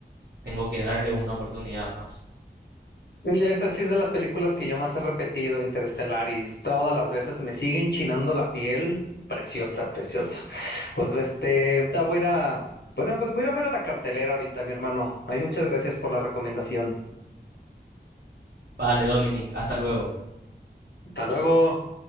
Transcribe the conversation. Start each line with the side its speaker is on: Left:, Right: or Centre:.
Right: tengo que darle una oportunidad más.
Left: Y esa sí es de las películas que yo más he repetido, Interestelar, y todas las veces me siguen chinando la piel. Preciosa, preciosa. Pues este, ahorita voy a ir a, bueno, pues voy a ir a ver a la cartelera ahorita, mi hermano. Ay, muchas gracias por la recomendación.
Right: Vale, Dominic, hasta luego.
Left: Hasta luego.